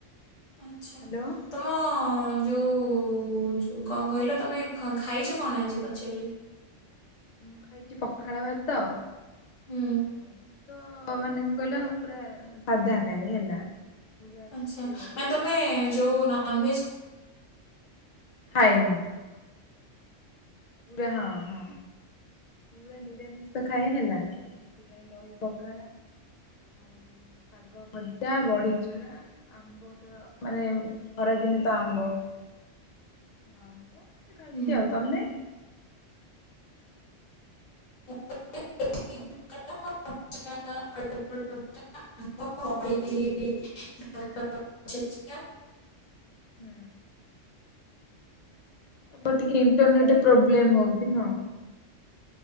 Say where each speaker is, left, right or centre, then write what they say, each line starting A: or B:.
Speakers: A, on the left (about 80°); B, on the left (about 55°).
A: ଆଛା
B: ହ୍ୟାଲୋ
A: ତମ
B: ହଁ
A: ଯୋଉ ଓ କଣ କହିଲ ତମେ ଖାଇଛ କଣ ଆଜି ପଚାରିଲି?
B: ମୁଁ ଖାଇଛି ପଖାଳ ଭାତ
A: ହୁଁ।
B: ଆଉ ତ ମାନେ କହିଲ ପୁରା ସାଧା ଖାଏ ହେଲା। ପୁରା
A: ଆଛା
B: ପିଓର
A: ମାନେ ତମେ ଯୋଉ ନନଭେଜ
B: ଖାଏନି। ପୁରା ହଁ ହଁ। ପୁରା ନିରାମିଷ ଖାଏ ହେଲା ତ ସେଥିପାଇଁ ଦହି ପଖାଳ। ଆଉ ଶାଗ ଭଜା ବଡି ଚୁରା ଆ ଆମ୍ଵ ତ ମାନେ ଖରାଦିନେ ତ ଆମ୍ବ ଆବ ଖାଇଛି
A: ହୁଁ।
B: ଆଉ ତମେ?
A: <inaudible>
B: ତମେ
A: <unintelligible> <inaudible>
B: ହୁଁ। ତମର ଟିକେ ଇଣ୍ଟରନେଟ ପ୍ରୋବ୍ଲେମ ହଉଛି ନୁହେଁ।